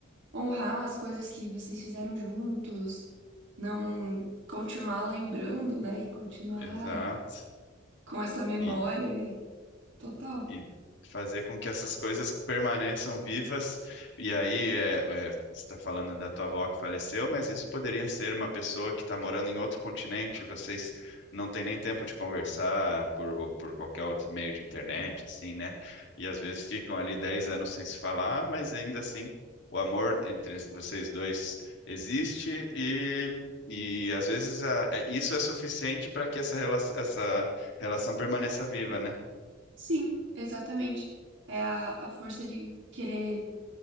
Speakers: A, on the right (about 65°); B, on the left (about 65°).
A: honrar as coisas que vocês fizeram juntos, não continuar lembrando, né? E continuar
B: Exato.
A: com essa memória
B: E,
A: e total.
B: e fazer com que essas coisas permaneçam vivas. E aí, é, é, você está falando da tua avó que faleceu, mas isso poderia ser uma pessoa que está morando em outro continente, vocês não têm nem tempo de conversar por, por qualquer outro meio de internet, assim, né? E às vezes ficam ali 10 anos sem se falar, mas ainda assim. O amor entre vocês dois existe e, e às vezes a- é- isso é suficiente para que essa, rela- essa relação permaneça viva, né?
A: Sim, exatamente. É a, a força de querer